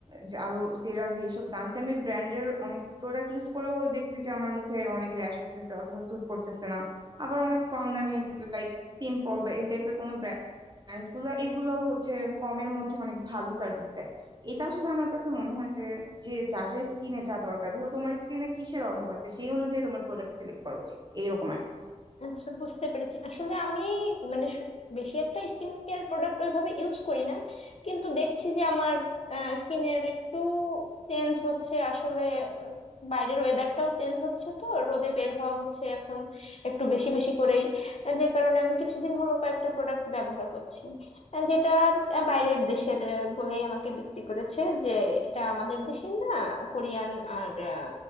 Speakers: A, on the right; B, on the left.
A: যে আরো সেরাভি এসব দামি দামি ব্র্যান্ডের অনেক প্রোডাক্ট ইউজ করেও দেখছি যে আমার মুখে অনেক র্যাশ উঠতেছে অথবা স্যুট করতেছে না আবার অনেক কম দামি লাইক সিম্পল বা এই টাইপের কোনো ব্র্যান্ড গুলা এগুলোও হচ্ছে কমের মধ্যে অনেক ভালো সার্ভিস দেয় এটা আসলে আমার কাছে মনে হয় যে যে যার যার স্কিনে যা দরকার ধরো তোমার স্কিনে কিসের অভাব আছে সেই অনুযায়ী তোমার প্রোডাক্ট সিলেক্ট করা উচিত এইরকম আর কি।
B: আচ্ছা বুঝতে পেরেছি আসলে আমি মানে সু- বেশি একটা স্কিন কেয়ার প্রোডাক্ট ওইভাবে ইউজ করি না কিন্তু দেখছি যে আমার স্কিনের একটু চেঞ্জ হচ্ছে আসলে আহ, বাইরের ওয়েদারটাও চেঞ্জ হচ্ছে তো রোদে বের হওয়া হচ্ছে এখন একটু বেশি বেশি করেই আহ, যে কারণে আমি কিছুদিন হলো কয়েকটা প্রোডাক্ট ব্যবহার করছি আহ, যেটা আহ, বাইরের দেশের আহ, বলেই আমাকে বিক্রি করেছে যে এটা আমাদের দেশের না কোরিয়ান আর আহ,